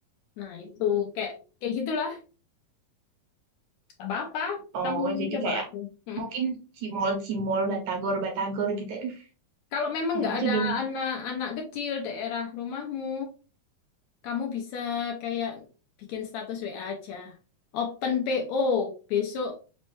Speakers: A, on the left; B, on the right.
A: Nah, itu kayak kayak gitulah. Gak apa-apa,
B: Oh,
A: kamu
B: jadi
A: coba
B: kayak
A: aja. Mm.
B: mungkin cimol-cimol, batagor-batagor gitu. Aduh,
A: Kalau memang
B: enak
A: nggak ada
B: juga nih.
A: anak-anak kecil daerah rumahmu, kamu bisa kayak bikin status WA aja. Open PO, besok